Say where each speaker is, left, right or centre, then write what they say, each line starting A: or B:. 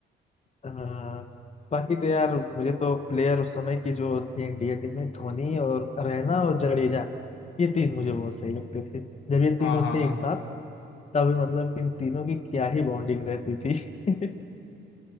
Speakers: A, on the left; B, on the left.
A: हाँ बाकी तो यार मुझे तो प्लेयर उस समय की जो थी इंडिया टीम में धोनी और रैना और जडेजा ये तीन मुझे बहुत सही लगते थे जब ये
B: हाँ
A: तीनों
B: हाँ
A: थे
B: हाँ
A: एक साथ तब मतलब इन तीनों की क्या ही बॉन्डिंग रहती थी <laughs>